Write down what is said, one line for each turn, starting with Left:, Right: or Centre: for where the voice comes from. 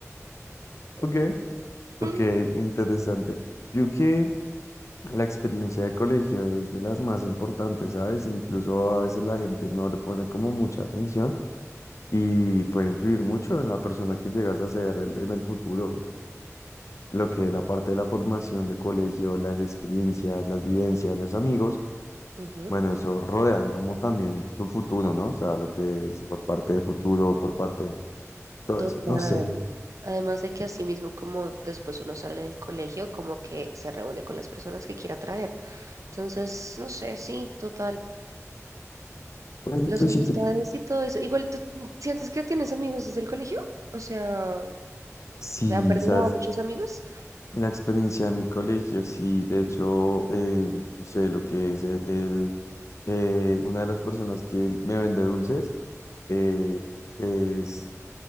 Left: Ok,
Right: Mm,
Left: ok,
Right: mm.
Left: interesante. Yo que la experiencia de colegio es de las más importantes, ¿sabes? Incluso a veces la gente no le pone como mucha atención y puede influir mucho en la persona que llegas a ser en, en el futuro. lo que es la parte de la formación de colegio, las experiencias, las vivencias, los amigos,
Right: Ujú,
Left: bueno, eso rodean como también tu futuro, ¿no? O sea, lo que es por parte de futuro, por parte de todo
Right: Total.
Left: eso, no sé.
Right: Además de que así mismo como después uno sale del colegio, como que se reúne con las personas que quiera traer. Entonces, no sé, sí, total.
Left: Bueno,
Right: Las
Left: yo siento
Right: amistades
Left: que
Right: y todo eso. Igual, ¿tú sientes que tienes amigos desde el colegio? O sea,
Left: sí,
Right: ¿te han perdurado
Left: ¿sabes?
Right: muchos amigos?
Left: La experiencia de mi colegio, sí, de hecho, eh, no sé, lo que es eh, el, eh, una de las personas que me vende dulces, eh, es...